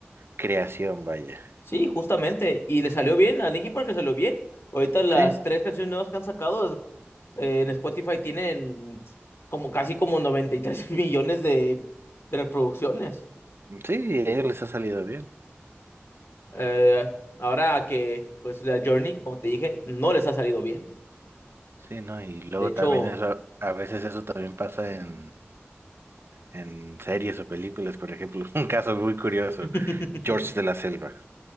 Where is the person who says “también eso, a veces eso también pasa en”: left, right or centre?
Right